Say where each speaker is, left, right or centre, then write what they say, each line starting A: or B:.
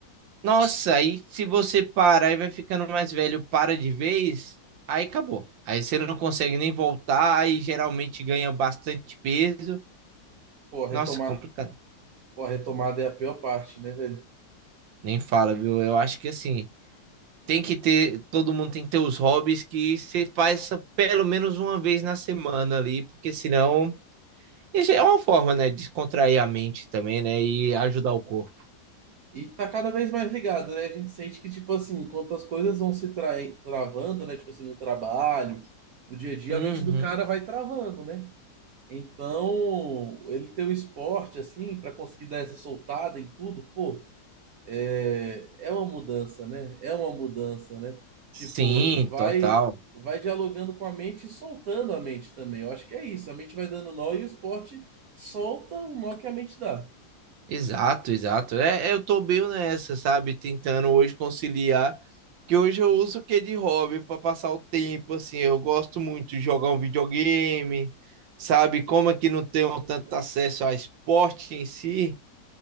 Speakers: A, on the right (about 80°); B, on the right (about 65°).
A: Nossa, aí se você parar e vai ficando mais velho, para de vez, aí acabou. Aí você não consegue nem voltar, aí geralmente ganha bastante peso.
B: Pô, retomar.
A: Nossa, complicado.
B: Pô, a retomada é a pior parte, né, velho?
A: Nem fala, viu? Eu acho que assim. tem que ter, todo mundo tem que ter os hobbies que você faz pelo menos uma vez na semana ali, porque senão isso é uma forma, né, de descontrair a mente também, né, e ajudar o corpo.
B: E tá cada vez mais ligado, né? A gente sente que, tipo assim, enquanto as coisas vão se tra travando, né? Tipo assim, no trabalho, no dia a dia,
A: Uhum.
B: a mente do cara vai travando, né? Então, ele ter o esporte, assim, para conseguir dar essa soltada em tudo, pô, É, é uma mudança, né? É uma mudança, né? Tipo,
A: Sim,
B: vai
A: total.
B: vai dialogando com a mente e soltando a mente também. Eu acho que é isso. A mente vai dando nó e o esporte solta o nó que a mente dá.
A: Exato, exato. É, eu tô bem nessa, sabe? Tentando hoje conciliar, que hoje eu uso o que de hobby para passar o tempo, assim, eu gosto muito de jogar um videogame, sabe? Como é que não tenho tanto acesso a esporte em si,